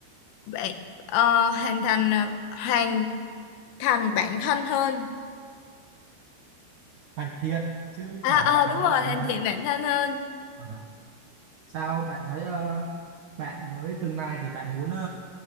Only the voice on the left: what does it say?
bạn- ờ, hoàn thành ờ, hoàn thành bản thân hơn
À
ờ
đúng
rồi,
hoàn
thiện bản thân hơn.